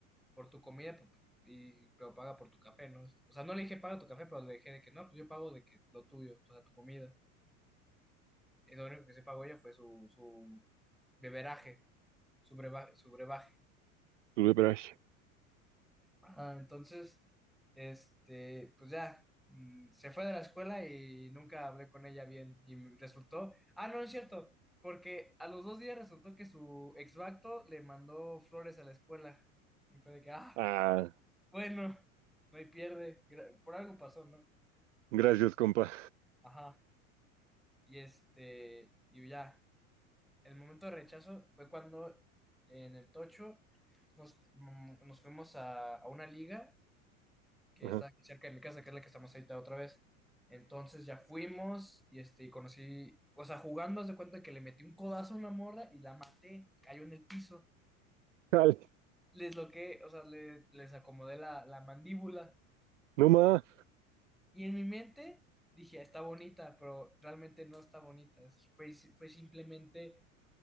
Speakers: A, in the centre; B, on the right.
A: por tu comida, p- y, pero paga por tu café, ¿no? O sea, no le dije paga tu café, pero le dije de que no, pues yo pago de que lo tuyo, o sea, tu comida. Y lo único que se pagó ella fue su, su beberaje, su breva- su brebaje.
B: Tuve brush.
A: Ajá, entonces, este, pues ya, mm, se fue de la escuela y nunca hablé con ella bien y me resultó, ah, no, es cierto, porque a los dos días resultó que su exvacto le mandó flores a la escuela y fue de que, ah,
B: Ah,
A: bueno, <laughs> no hay pierde, gra- por algo pasó, ¿no?
B: gracias, compa.
A: Ajá, y este, y ya, el momento de rechazo fue cuando en el Tocho nos, mm, nos fuimos a a una liga que
B: Ajá.
A: está aquí cerca de mi casa, que es la que estamos ahorita otra vez. Entonces ya fuimos y este, y conocí, o sea, jugando, haz de cuenta que le metí un codazo a una morra y la maté, cayó en el piso,
B: Ay,
A: les loqué, o sea, le- les acomodé la, la mandíbula
B: no más.
A: y en mi mente dije, "Ah, está bonita, pero realmente no está bonita, es- fue, fue simplemente